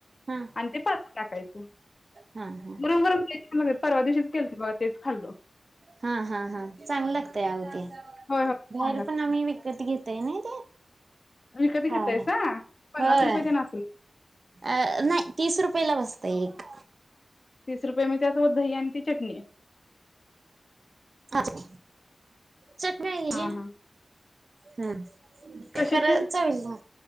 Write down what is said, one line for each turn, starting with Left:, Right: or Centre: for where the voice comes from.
Right: हा
Left: आणि ते पालत टाकायच
Right: हा हा
Left: गरम गरम ते परवा दिवशीच केल त बघा तेच खाल्लो
Right: हा हा हा चांगल लागतय अवो ते
Left: होय होय छान
Right: बाहेर
Left: लागतं
Right: पण आम्ही विकत घेत ते नाही ते
Left: विकत
Right: खायला
Left: घेतायसा पन्नास
Right: होय
Left: रुपये तेन असल
Right: अ नाही तीस रुपये ला बसतंय एक
Left: तीस रुपये म्हणजे असं दही आणि ती चटणी आहे
Right: अच्छा चटण्या हे
Left: हा हा
Right: हम
Left: कशाची
Right: खरं चवीला